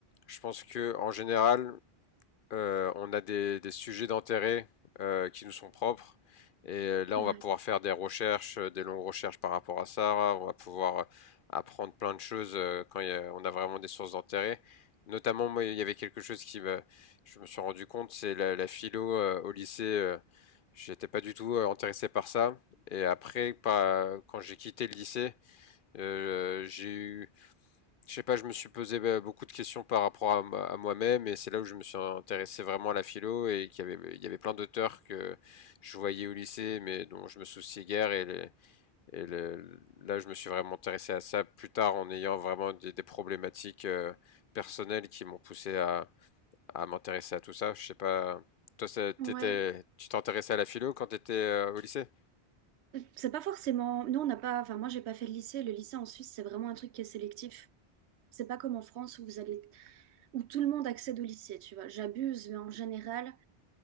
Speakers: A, on the left (about 60°); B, on the right (about 85°).
A: Je pense que en général, euh, on a des, des sujets d'intérêt euh, qui nous sont propres. Et euh, là,
B: Ouais.
A: on va pouvoir faire des recherches, euh, des longues recherches par rapport à ça. On va pouvoir euh, apprendre plein de choses euh, quand il y a- on a vraiment des sources d'intérêt. Notamment, moi, il y avait quelque chose qui me, je me suis rendu compte, c'est la, la philo euh, au lycée. euh, J'étais pas du tout euh, intéressé par ça. Et après, par- quand j'ai quitté le lycée, euh, j'ai eu je sais pas, je me suis posé bah, beaucoup de questions par rapport à, ma- à moi-même et c'est là où je me suis intéressé vraiment à la philo et qu'il y avait, il y avait plein d'auteurs que je voyais au lycée mais dont je me souciais guère et, les- et le- là je me suis vraiment intéressé à ça plus tard en ayant vraiment des, des problématiques euh, personnelles qui m'ont poussé à, à m'intéresser à tout ça. Je sais pas, toi ça- t'étais,
B: Ouais,
A: tu t'intéressais à la philo quand t'étais euh, au lycée?
B: c'est pas forcément. Nous, on n'a pas. Enfin, moi, j'ai pas fait le lycée. Le lycée en Suisse, c'est vraiment un truc qui est sélectif. C'est pas comme en France où vous allez où tout le monde accède au lycée, tu vois. J'abuse, mais en général,